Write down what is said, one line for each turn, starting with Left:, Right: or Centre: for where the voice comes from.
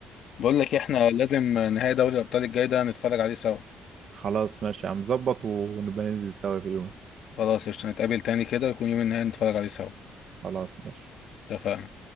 Left: بقول لك إيه، احنا لازم نهائي دوري الابطال الجاي ده نتفرج عليه سوا
Right: خلاص ماشي هنظبط ونبقى ننزل سوا في يوم
Left: خلاص قشطة نتقابل تاني كده ويكون يوم النهائي نتفرج عليه سوا
Right: خلاص ماشي
Left: اتفقنا